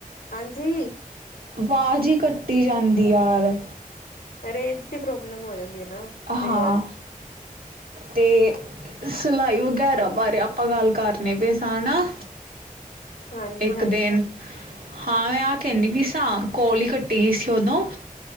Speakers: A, on the left (about 85°); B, on the right (about 80°).
A: ਹਾਂਜੀ
B: ਵਾਜ ਈ ਕੱਟੀ ਜਾਂਦੀ ਯਾਰ
A: ਰੇਂਜ ਦੀ ਪ੍ਰੋਬਲਮ ਹੋ ਜਾਂਦੀ ਹੈ ਨਾ ਕਈ
B: ਹਾਂ
A: ਵਾਰ
B: ਤੇ ਸਿਲਾਈ ਵਗੈਰਾ ਬਾਰੇ ਆਪਾਂ ਗੱਲ ਕਰਨੇ ਪਏ ਸਾਂ ਨਾ
A: ਹਾਂਜੀ
B: ਇੱਕ
A: ਹਾਂਜੀ
B: ਦਿਨ ਹਾਂ ਮੈਂ ਆਹ ਕਹਿੰਦੀ ਪਈ ਸਾ ਕੋਲ ਹੀ ਕੱਟੀ ਗਈ ਸੀ ਉਦੋਂ